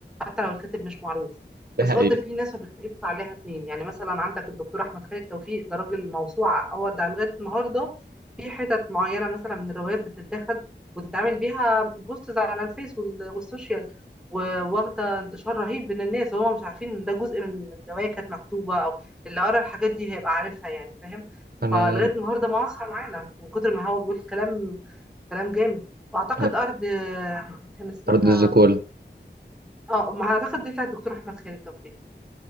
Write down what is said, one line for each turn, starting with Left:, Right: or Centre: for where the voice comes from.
Centre: حتى لو الكاتب مش معروف
Right: ده
Centre: بس
Right: حقيقه
Centre: قصدي في ناس ما بيختلفش عليها اتنين يعني مثلا عندك الدكتور احمد خالد توفيق ده راجل موسوعه هو ده لغايه النهارده في حتت معينه مثلا من الروايات بتتاخد وتتعمل بيها بوستز على الفيس وال- والسوشيال و- واخده انتشار رهيب بين الناس وهم مش عارفين ان ده جزء من من روايه كانت مكتوبه او اللي قرا الحاجات دي هيبقى عارفها يعني فاهم
Right: انا
Centre: فلغايه النهارده معاصره معانا من كتر ما هو بيقول كلام كلام جامد واعتقد
Right: انا
Centre: ارض آه، كان اسمها
Right: ارض الزيكولا
Centre: اه ما اعتقد دي بتاعت الدكتور احمد خالد توفيق